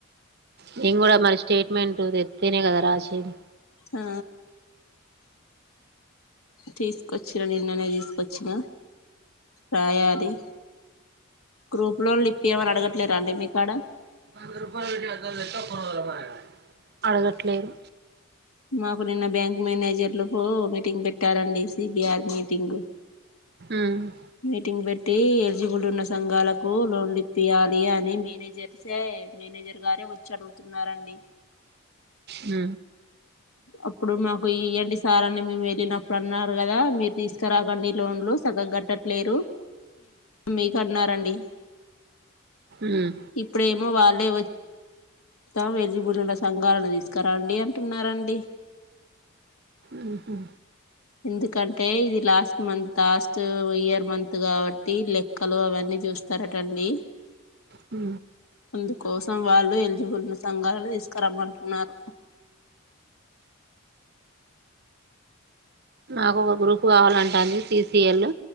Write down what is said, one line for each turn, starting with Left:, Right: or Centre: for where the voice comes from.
Right: నేమ్ కూడా మరి స్టేట్మెంట్ తెత్తేనే కదా రాచేది
Left: ఆ తీసుకొచ్చిన నిన్ననే తీసుకొచ్చిన రయది గ్రూప్ లో ఇప్పియమని అడగట్లేరా అండి మీకాడ
Right: ర అడగట్లేదు
Left: మాకు నిన్న బ్యాంక్ మేనేజర్లు పో మీటింగ్ పెట్టారండి సిబిఆర్ మీటింగ్
Right: ఉమ్
Left: మీటింగ్ పెట్టి ఎలిజిబుల్ ఉన్న సంఘాలకు లోన్లు ఇప్పయాలి అని మేనేజర్ స మేనేజర్ గారే వచ్చి అడుగుతున్నారండి
Right: అ
Left: అప్పుడు మాకు ఇవ్వండి సార్ని మేము వెళ్ళినప్పుడు అన్నారు కదా మీరు తీసుకురాకండి లోన్ లో సగగ గట్టట్లేరు మీకు అన్నారండి
Right: ఉమ్
Left: ఇప్పుడేమో వాళ్ళే వచ్చ ప్రతం ఎజిబులిల సంఘాలను తీసుకురండి అంటున్నార కుడి
Right: ఉహు
Left: ఎందుకంటే ఇది last month last year month కాబట్టి లెక్కలు అవన్నీ చూస్తారటండి
Right: హు
Left: అందుకోసం వాళ్ళు ఎలిజిబుల్ ఉన్న సంఘాలను తీసుకురమ్మంటున్నారు
Right: నాకు ఒక గ్రూప్ కావాలంట అంది సిసిఎల్